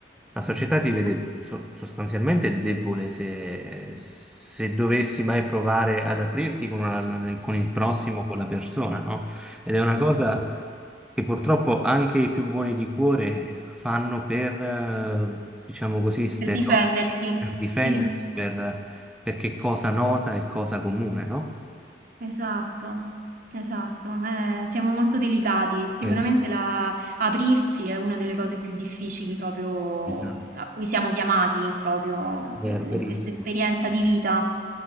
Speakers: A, in the centre; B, on the right.
A: La società ti vede so- sostanzialmente debole se, se dovessi mai provare ad aprirti con, una- con il prossimo, con la persona, no? Ed è una cosa che purtroppo anche i più buoni di cuore fanno per, eh, diciamo così, stereotipo,
B: per difendersi,
A: per difendersi,
B: sì.
A: per, perché cosa nota e cosa comune, no?
B: Esatto, esatto, eh, siamo molto delicati. Sicuramente
A: Esatto.
B: la- aprirsi è una delle cose più difficili proprio
A: Esatto.
B: mm, a cui siamo chiamati proprio in
A: Vero, verissimo.
B: in questa esperienza di vita.